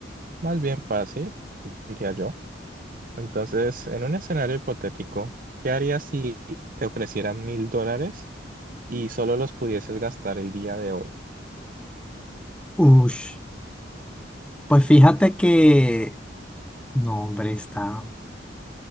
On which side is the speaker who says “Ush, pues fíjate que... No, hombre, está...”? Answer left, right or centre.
Centre